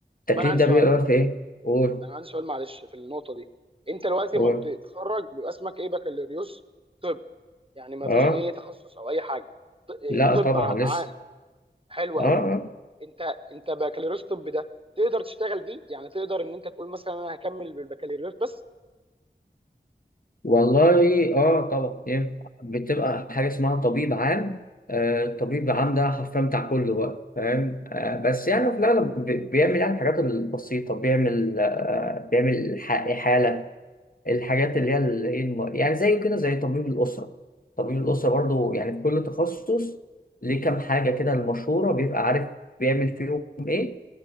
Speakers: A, on the right; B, on the left.
A: طب
B: التكليف
A: انا عندي
B: ده
A: سؤال
B: بيبقى في إيه؟ قول
A: انا عندي سؤال معلش في النقطه دي انت دلوقتي
B: قول
A: ما بتتخرج بيبقى اسمك ايه بكالوريوس طب يعني ما
B: اه
A: فيش اي تخصص او اي حاجه ط- إيه،
B: لا
A: طب
B: طبعا
A: ع-
B: لسه
A: عام حلو
B: اه
A: قوي
B: آه.
A: انت انت بكالوريوس طب ده تقدر تشتغل بيه يعني تقدر ان انت تقول مثلا انا هكمل بالبكالوريوس بس
B: والله اه طبعا ينفع بتبقى حاجه اسمها طبيب عام آه الطبيب العام ده حرفيا بتاع كله بقى فاهم آه بس يعني في الاغلب بي- بيعمل يعني الحاجات البسيطه بيعمل آه بيعمل ح- حاله الحاجات اللي هي ال- إيه الم- يعني زي كده زي طبيب الاسره طبيب الاسره برضه يعني في كل تخصص ليه كام حاجه كده المشهوره بيبقى عارف بيعمل فيهم ايه